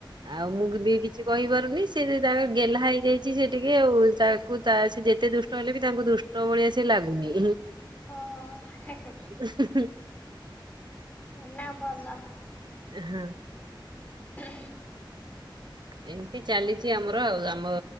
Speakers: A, on the right; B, on the left.
A: ଆଉ ମୁଁ କବି କି କିଛି କହିପାରୁନି ସେ ଯେ ତାଙ୍କ ଗେହ୍ଲା ହେଇଯାଇଛି ସେ ଟିକେ ଆଉ ତାକୁ ତା ସେ ଯେତେ ଦୁଷ୍ଟ ହେଲେ ବି ତାଙ୍କୁ ଦୁଷ୍ଟ ଷ୍ଟ ଭଳିଆ ସେ ଲାଗୁନି।
B: ଓହୋ। ହେ ହେ।
A: ହୁ ହୁ।
B: ଏଇନା ଭଲ।
A: ହଁ।
B: ହୁ।
A: ଏମିତି ଚାଲିଚି ଆମର ଆଉ ଆମ